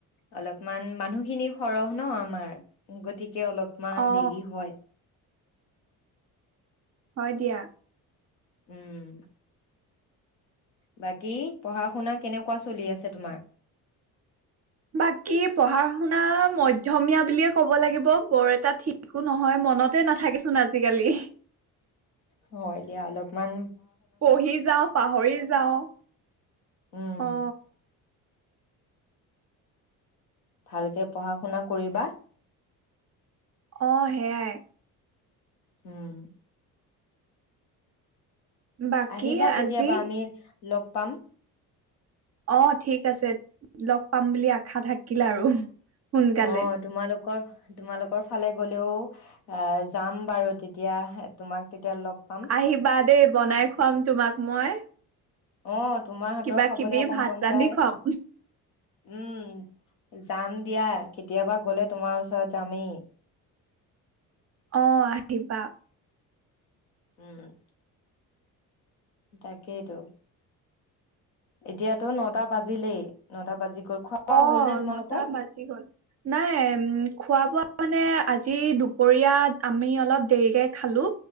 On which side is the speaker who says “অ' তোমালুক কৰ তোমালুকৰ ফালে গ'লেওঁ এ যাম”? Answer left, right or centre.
Left